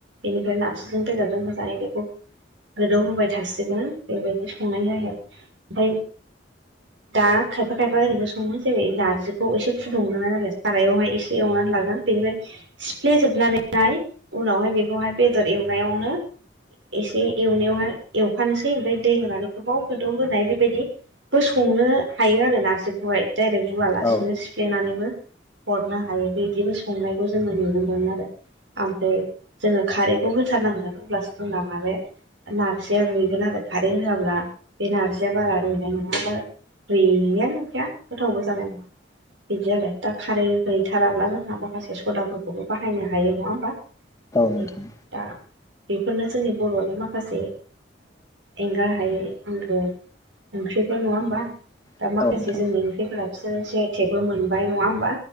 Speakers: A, on the right; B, on the left.
A: बेनिफ्राय नारस्रुजों बेदरजों होजानाय बेखौ गोदौ होबाय थासिगोन बेबायदि संनाय जायो आरो ओमफ्राय दा खायफा खायफा ओरैबो सङो जेरै नारजिखौ एसे फुदुंनो आरो सारायावहाय एसे एवनानै लागोन। बेनिफ्राय सिफ्लेजोबनानैहाय उनावहाय बेखौहाय बेदर एवनायावनो एसे एवनायावहाय एवखानोसै ओमफ्राय दै होनानै गोबाव गोदौ होनाय बेबायदि बो संनो हायो आरो नारजिखौहाय। डाइरेक्ट रुवालासिनो
B: औ
A: सिफ्लेनानैबो हरनो हायो बे बिदिबो संनायखौ जोङो नुनो मोनो आरो ओमफ्राय जोङो खारैखौ होथारनांगोन अब्लासो जोंना माबे नारजिया रुयगोन आरो खारेन्ट होआब्ला बे नारजिया बारा रुयनाय नङा गैयानो नंया गोथावबो जानाय नङा बिदि आरो दा खारै गैथाराब्ला जोंहा माखासे सदा फोरखौबो बाहायनो हायो नङा होमबा बि
B: नोंथां
A: दा बेफोरनो जोंनि बर'नि माखासे एंगार हायै आंगो ओंख्रिफोर नङा होमबा दा
B: औ
A: माखासे
B: नोंथां
A: जोंनि ओंख्रिफोरा बिसोरो जि आइ टेकबो मोनबाय नङा होमबा